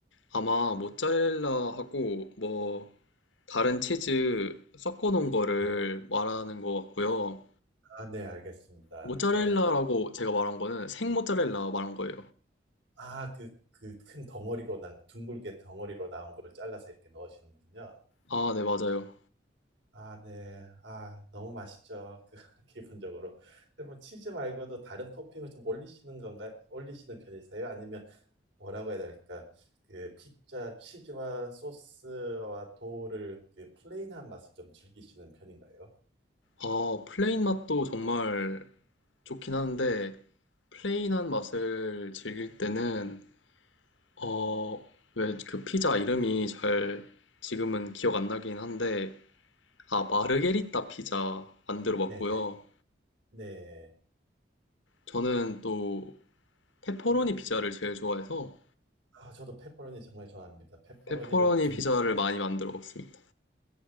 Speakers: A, on the left; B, on the right.
A: 아마 모짜렐라하고 뭐 다른 치즈 섞어 놓은 거를
B: 네.
A: 말하는 것 같고요.
B: 아, 네, 알겠습니다.
A: 모짜렐라라고
B: 네.
A: 제가 말한 거는 생 모짜렐라 말한 거예요.
B: 아, 그, 그 큰 덩어리로 난, 둥글게 덩어리로 나온 걸 잘라서 이렇게 넣으시는 거군요.
A: 아, 네, 맞아요.
B: 아, 네. 아, 너무 맛있죠. 그, <laughs> 기본적으로. 그러면 치즈 말고도 다른 토핑을 좀 올리시는 건가요? 올리시는 편이세요? 아니면 뭐라고 해야 될까? 그 피자 치즈와 소스와 도우를 그 플레인한 맛을 좀 즐기시는 편인가요?
A: 아, 플레인 맛도 정말 좋긴 한데, 플레인한 맛을 즐길 때는, 어, 왜 그 피자 이름이 잘 지금은 기억 안 나긴 한데, 아, 마르게리따 피자 안 들어봤고요.
B: 네네. 네.
A: 저는 또 페퍼로니 피자를 제일 좋아해서,
B: 아, 저도 페퍼로니 정말 좋아합니다. 페퍼로니를
A: 페퍼로니
B: 듬뿍
A: 피자를 많이 만들어 먹습니다.